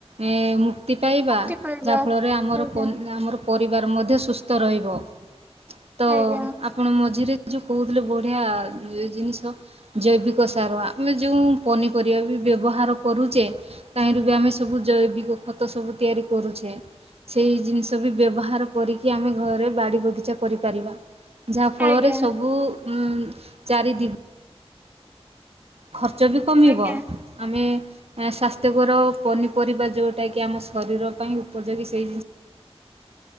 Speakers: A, on the right; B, on the right.
A: ଏଁ- ତି ପାଇବା
B: ମୁକ୍ତି ପାଇବା।
A: ଯାହାଫଳରେ ଆମର
B: ଆଜ୍ଞା
A: ପରି ପରିବାର ମଧ୍ୟ ସୁସ୍ଥ ରହିବ। ର ତ
B: ଆଜ୍ଞା
A: ଆପଣ ମଝିରେ। ଆମ ଯେଉଁ କହୁଥିଲେ ବଢ଼ିଆ ଜିନିଷ ଜୈବିକ ସାର ଆମେ ଯେଉଁ ପନିପରିବା ବି ବ୍ୟବହାର କରୁଛେ ତାହିଁରୁ ବି ଆମେ ସବୁ ଜୈବିକ ଖତ ସବୁ ତିଆରି କରୁଛେ ସେଇ ଜିନିଷ ବି ବ୍ୟବହାର କରିକି ଆମେ ଘରେ। ବାଡ଼ି ବଗିଚା କରିପାରିବା। ଯାହାଫଳରେ
B: ଆଜ୍ଞା
A: ସବୁ। ଉଁ ଚାରି ଦି ଖର୍ଚ୍ଚ ବି କମିବ
B: ଆଜ୍ଞା
A: ଆମେ ସ୍ଵାସ୍ଥ୍ୟକର ପନିପରିବା ଯୋଉଟା କି ଆମ ଶରୀର ପାଇଁ ଉପଯୋଗୀ ସେଇ ଜିନି